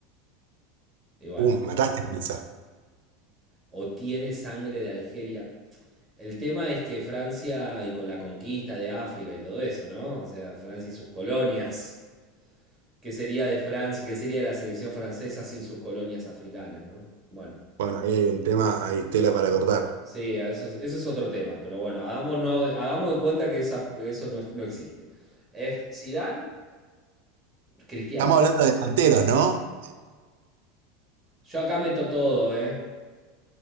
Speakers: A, in the centre; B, on the right.
A: Y bueno,
B: Uh, me mataste con esa.
A: o tiene sangre de Algeria. El tema es que Francia y con la conquista de África y todo eso, ¿no? O sea, Francia y sus colonias. qué sería de Francia, qué sería de la selección francesa sin sus colonias africanas, ¿no? Bueno,
B: Bueno, ahí hay un tema, hay tela para cortar.
A: sí, eso, es- eso es otro tema, pero bueno, hagámonos, hagamos de cuenta que esa- eso no, no existe. Es Zidane, Cristiano.
B: Estamos hablando de delanteros, ¿no?
A: Yo acá meto todo, ¿eh?